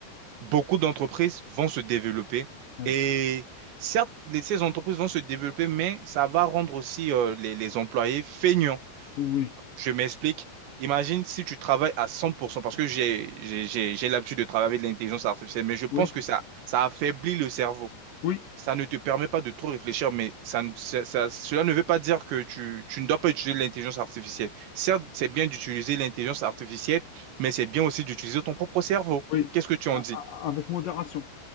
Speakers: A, on the right; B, on the left.
A: beaucoup d'entreprises vont se développer.
B: Oui,
A: Et certes, les- ces entreprises vont se développer, mais ça va rendre aussi euh, les, les employés feignants.
B: oui,
A: Je m'explique. Imagine si tu travailles à 100%, parce que j'ai, j'ai, j'ai j'ai l'habitude de travailler avec l'intelligence artificielle, mais je pense
B: oui,
A: que ça, ça affaiblit le cerveau.
B: oui,
A: Ça ne te permet pas de trop réfléchir, mais ça, ne- ça- ça- cela ne veut pas dire que tu, tu ne dois pas utiliser l'intelligence artificielle. Certes, c'est bien d'utiliser l'intelligence artificielle, mais c'est bien aussi d'utiliser ton propre cerveau.
B: oui,
A: Qu'est-ce que tu en
B: A-
A: dis?
B: a- avec modération.